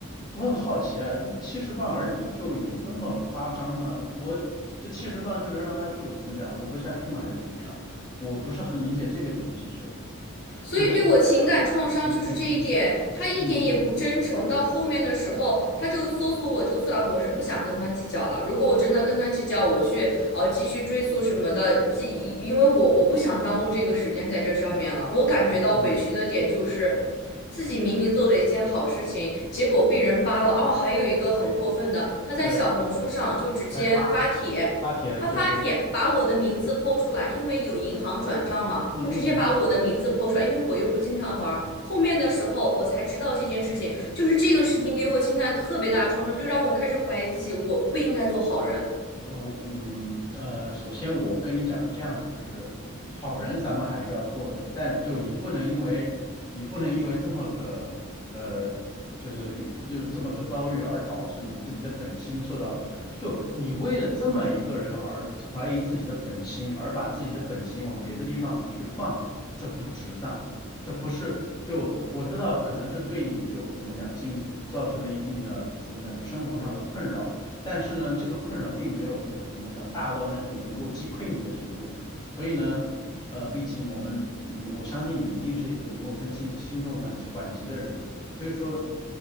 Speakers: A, on the left; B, on the left.
A: 我很好奇啊，就七十磅而已，就有这么夸张吗？我这七十磅就能让他就怎么讲活不下去吗？还是怎么样？我不是很理解这个点，其实。
B: 所以对我情感创伤就是这一点，
A: 我觉得，嗯嗯嗯
B: 他一点也不真诚。
A: 嗯嗯
B: 到后面的时候，他就搜索我，就算我是不想跟他计较了。如果我真的跟他计较，我去呃继续追溯什么的，继因为我我不想耽误这个时间在这上面了。我感觉到委屈的点就是。
A: 嗯，
B: 自己明明做了一件好事情，结果被人扒了。哦，还有一个很过分的，
A: 哎，
B: 他在小红书上就直接发帖，
A: 对，还发发帖就是，
B: 他发帖把我的名字剖出来，因为有银行转账嘛，
A: 嗯嗯嗯。
B: 他直接把我的名字剖出来，因为我又不经常玩后面的时候我才知道这件事情，就是这个事情给我情感特别大的创伤，就让我开始怀疑自己，我不应该做好人。
A: 呃我嗯呃，首先我跟你讲是这样子，就是好人咱们还是要做的，但就你不能因为你不能因为这么个呃，就是遇就是这么个遭遇而导致你自己的本心受到，就你为了这么一个人而怀疑自己的本心，而把自己的本心往别的地方去放，这不值当，这不是就我知道可能是对你就怎么讲进造成了一定的怎么讲就生活上的困扰。但是呢，这个困扰并没有就是怎么讲大到那种能够击溃你的程度，所以呢，呃，毕竟我们你我相信你一定是一个能够分清轻重缓缓急的人，所以说